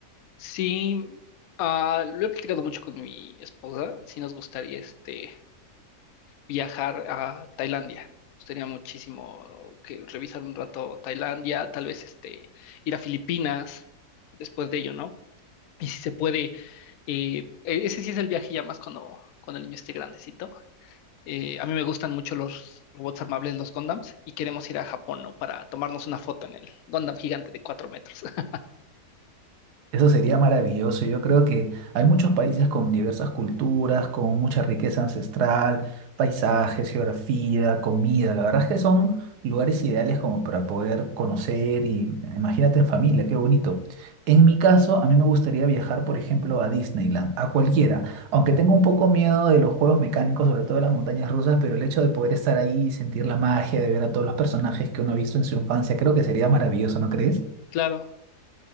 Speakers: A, on the left; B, on the right.
A: Sí, ah, lo he platicado mucho con mi esposa, sí nos gustaría este, viajar a Tailandia. Nos gustaría muchísimo que revisar un rato Tailandia, tal vez este, ir a Filipinas después de ello, ¿no? Y si se puede, eh, e- ese sí es el viaje ya más cuando, cuando el niño esté grandecito. Eh, a mí me gustan mucho los robots armables, los Gundams, y queremos ir a Japón, ¿no? Para tomarnos una foto en el Gundam gigante de cuatro metros. <laughs>
B: Eso sería maravilloso. Yo creo que hay muchos países con diversas culturas, con mucha riqueza ancestral, paisajes, geografía, comida. La verdad es que son lugares ideales como para poder conocer y imagínate en familia, qué bonito. En mi caso, a mí me gustaría viajar, por ejemplo, a Disneyland, a cualquiera, aunque tengo un poco miedo de los juegos mecánicos, sobre todo de las montañas rusas, pero el hecho de poder estar ahí y sentir la magia, de ver a todos los personajes que uno ha visto en su infancia, creo que sería maravilloso, ¿no crees?
A: Claro.